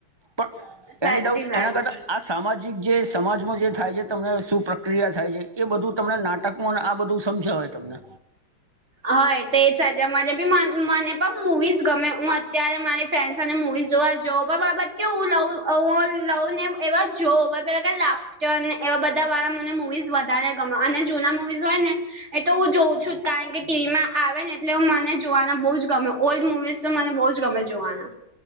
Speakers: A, on the right; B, on the right.
A: પણ
B: સાચી
A: એની ડાઉટ
B: વાત
A: એના
B: છે
A: કરતા આ સામાજિક જે સમાજમાં જે થાય છે તમને શું પ્ર ક્રિયા થાય છે, એ બધું તમને નાટકમોન અન આ બધું સમજાવે તમને.
B: હન, એ તે સાચા મને બી મન-મને પણ મુવીસ ગમે, હુ અત્યારે મારે ફેન સાથે મુવીઝ જોવા જઉ પણ બ-બટ કેવું લવ અવ લવને એવા જોવા છે કે લાફ સ્ટરને એવા બધા વાળા મને મુવીઝ વધારે ગમ અને જૂના મુવીઝ હોયને એ તો હું જોઉ છું જ કારણ કે ટીવીમાં આવે ને એટલે મને જોવાના બોઉ જ ગમે, ઓલ્ડ મુવીઝ તો મને બોઉ જ ગમે જોવાના.